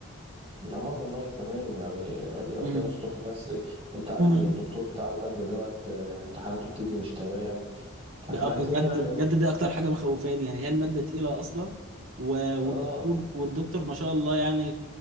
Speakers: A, on the right; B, on the right.
A: اه والله تمام يعني ربنا
B: مم.
A: يسترها بس إيه، انت عارف
B: مم.
A: ان الدكتور بتاع المادة دوت آه، امتحاناته بتيجي مش تمام فاحنا
B: بقى
A: عايزين
B: بجد
A: يعني
B: بجد
A: ن-
B: دي اكتر حاجة مخوفاني يعني هي المادة تقيلة اصلا و- والدكتور
A: اه
B: والدكتور ما شاء الله يعني